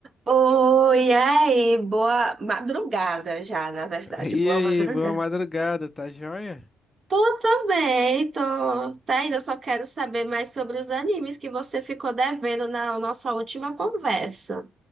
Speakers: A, on the right (about 40°); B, on the left (about 15°).
A: Oi, aí, boa madrugada já, na verdade,
B: E
A: boa
B: aí,
A: madrugada.
B: boa madrugada, tá joia?
A: Tô também, tô. Tá ainda, só quero saber mais sobre os animes que você ficou devendo na nossa última conversa.